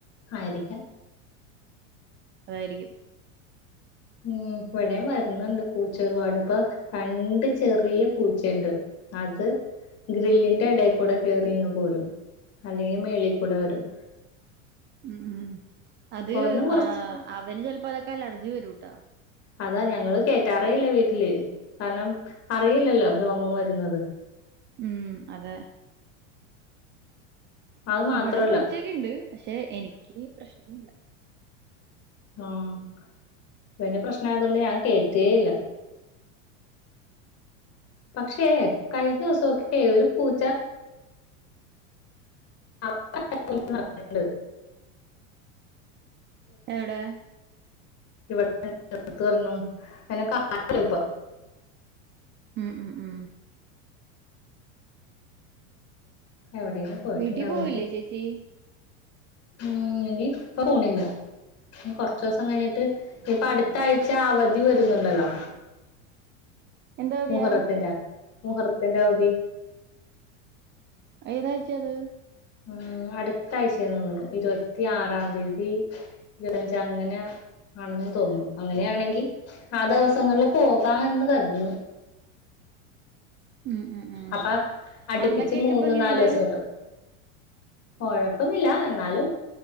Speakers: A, on the left; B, on the right.
A: ആയിരിക്കാം
B: അതായിരിക്കും
A: ഉം ഇവിടെം വര്ന്ന്ണ്ട് പൂച്ച ഒരുപാട് ഇപ്പൊ രണ്ട് ചെറിയ പൂച്ചെണ്ട് അത് ഗ്രില്ലിന്റെ ഇടേക്കൂടെ കേറിംങ്ങ് പോരും അല്ലെങ്കീ മേളീ കൂടെ വരും
B: ഉം ഉം അത്
A: ഒരെണ്ണം കൊറച്ച്
B: ആഹ് അവന് ചെൽപ്പതൊക്കെ അലർജി വരൂട്ടാ
A: അതാ ഞങ്ങള് കേറ്റാറേയില്ലേ വീട്ടില് കാര്ണം അറിയില്ലല്ലോ രോമം വരുന്നത്
B: ഉം അതെ
A: അത് മാത്രല്ല
B: ഇവടെ പൂച്ചക്കെ ഇണ്ട് പക്ഷെ എനിക്ക് പ്രശ്നൊന്നുംല്ല
A: ആഹ് പിന്നെ പ്രശ്നം യതൊണ്ട് ഞാൻ കേറ്റേയില്ല പക്ഷേ കഴിഞ്ഞവ്സൊക്കെ ഒരു പൂച്ച <unintelligible> നടക്ക്ണ്ട്
B: എവ്ടെ
A: ഇവിട് തന്നെ <unintelligible> കാണാലോ പ്പൊ
B: ഉം ഉം ഉം
A: എവിടെയെങ്കിലും പോയിട്ടുണ്ടാവായിരിക്കും
B: വീട്ടീ പോവല്ലേ ചേച്ചീ
A: ഉം ഇനി യിപ്പ പോണില്ല കൊർച്ചോസം കഴിഞ്ഞിട്ട് ഇപ്പ അട്ത്ത ആഴ്ച അവധി വര്ന്ന്ണ്ടല്ലോ
B: <inaudible> പതിയാ
A: മുഹറത്തിന്റെ മുഹറത്തിന്റെ അവധി
B: അയ് ഏതായ്ച്ചെ അത്
A: ഉം അട്ത്ത ആഴ്ചെം തോന്നുണു ഇരുപത്തി ആറാം തീയതീ ഇരുത്തഞ്ച് അങ്ങനെ ആണെന്ന് തോന്നു അങ്ങനെയാണെങ്കി ആഹ് ദിവസങ്ങൾല് പോകാംന്ന് കര്ത് ന്ന്
B: ഉം ഉം ഉം
A: അപ്പാ അട്പ്പിച്ച്
B: അമ്മയ്ക്കൊക്കെ
A: മൂന്ന്
B: ഇപ്പൊ എങ്ങനെയുണ്ട്
A: നാലോസം കിട്ടും കൊഴപ്പമില്ല എന്നാലും